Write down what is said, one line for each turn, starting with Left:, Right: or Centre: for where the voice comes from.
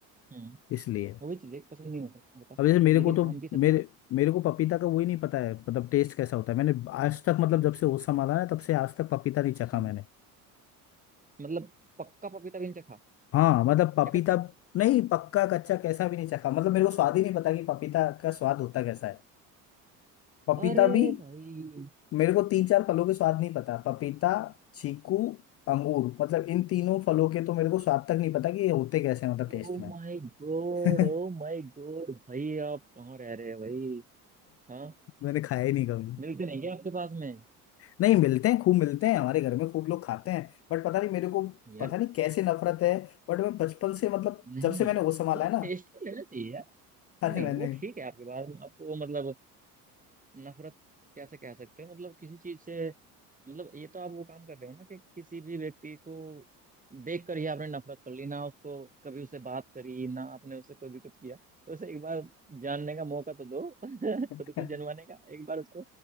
Right: हम्म
Left: इसलिए
Right: वही चीजें पसंद नहीं होता होता
Left: अब जैसे मेरे
Right: लेकिन
Left: को तो
Right: आम की सब्जी
Left: मेरे
Right: का
Left: मेरे को पपीता का वही नहीं पता है मतलब टेस्ट कैसा होता है मैंने आज तक मतलब जब से होश संभाला है तब से आज तक पपीता नहीं चखा
Right: हम्म,
Left: मैंने
Right: मतलब पक्का पपीता भी नहीं चखा
Left: हाँ मतलब पपीता
Right: या कच्चा
Left: नहीं पक्का कच्चा कैसा भी नहीं चखा मतलब मेरे को स्वाद ही नहीं पता कि पपीता का स्वाद होता कैसा है पपीता
Right: अरे
Left: भी
Right: भाई
Left: मेरे को तीन चार फलों के स्वाद नहीं पता पपीता चीकू अंगूर मतलब इन तीनों फलों के तो मेरे को स्वाद तक नहीं पता कि ये होते कैसे हैं मतलब टेस्ट
Right: Oh
Left: में
Right: my god
Left: <laughs>
Right: oh my god भाई आप कहाँ रह रहे हैं भाई हाँ
Left: मैंने खाया ही नहीं कभी
Right: मिलते नहीं क्या आपके पास में
Left: नहीं मिलते हैं खूब मिलते हैं हमारे घर में खूब लोग खाते हैं बट पता नहीं मेरे को
Right: यार
Left: पता नहीं कैसे नफरत है बट मैं बचपन से मतलब
Right: नहीं
Left: जब से मैंने वो संभाला
Right: मतलब
Left: है ना
Right: टेस्ट तो लेना चाहिए यार
Left: अरे
Right: नहीं नहीं
Left: मैंने
Right: वो ठीक है आपके पास में आपको वो मतलब अ, नफरत कैसे कह सकते हो मतलब किसी चीज से मतलब ये तो आप वो काम कर रहे हो ना कि किसी भी व्यक्ति को देख कर ही आपने नफरत कर ली ना उसको कभी उससे बात करी ना आपने उससे कोई भी कुछ किया तो उसे एक बार जानने का मौका तो दो <laughs> खुद
Left: <laughs>
Right: को जनवाने का एक बार उसको